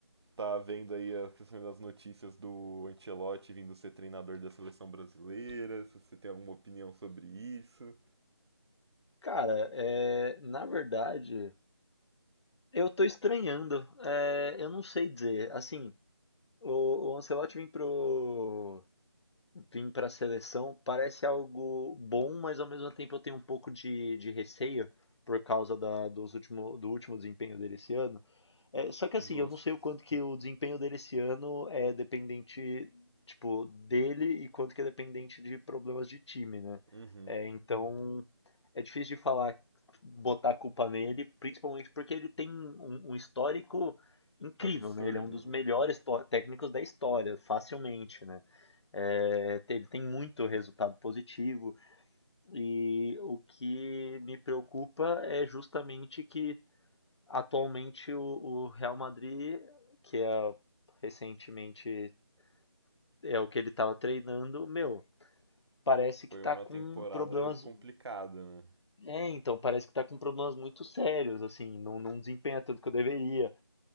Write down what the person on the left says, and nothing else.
Cara, é, na verdade, eu tô estranhando. É, eu não sei dizer. Assim, o, o Ancelotti vem pro, Vim para a seleção parece algo bom, mas ao mesmo tempo eu tenho um pouco de, de receio por causa da- dos último, do último desempenho dele esse ano. É, só que assim,
eu não sei o quanto que o desempenho dele esse ano é dependente, tipo, dele e quanto que é dependente de problemas de time, né?
É, então é difícil de falar, botar a culpa nele, principalmente porque ele tem um, um histórico incrível,
né? Ele é um dos
melhores to- técnicos da história, facilmente, né? É, ele tem muito resultado positivo e o que me preocupa é justamente que atualmente o, o Real Madrid, que é recentemente é o que ele estava treinando, meu, parece que
tá
com
problemas.
É, então, parece que tá com problemas muito sérios, assim, não, não desempenha tanto que eu deveria.